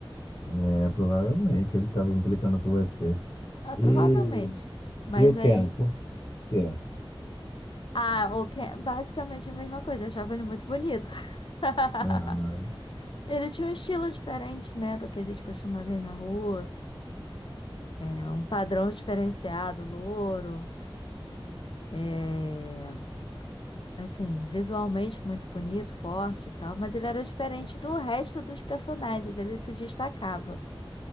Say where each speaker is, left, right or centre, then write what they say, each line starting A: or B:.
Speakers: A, on the left; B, on the left.
A: É, é, provavelmente ele tava implicando com você.
B: Ah,
A: E,
B: provavelmente. Mas
A: e o Ken,
B: aí.
A: por quê?
B: Ah, o que é basicamente a mesma coisa, eu achava ele muito bonito. <laughs>
A: Ah,
B: Ele tinha um estilo diferente, né, do que a gente costuma ver na rua. É um padrão diferenciado, louro. É... Assim, visualmente muito bonito, forte e tal, mas ele era diferente do resto dos personagens, ele se destacava.